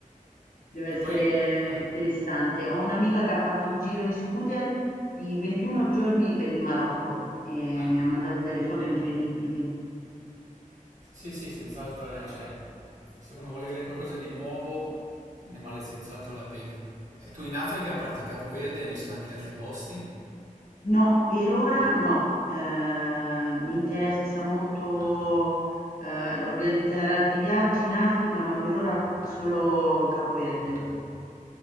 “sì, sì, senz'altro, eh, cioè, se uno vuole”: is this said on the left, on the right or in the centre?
Right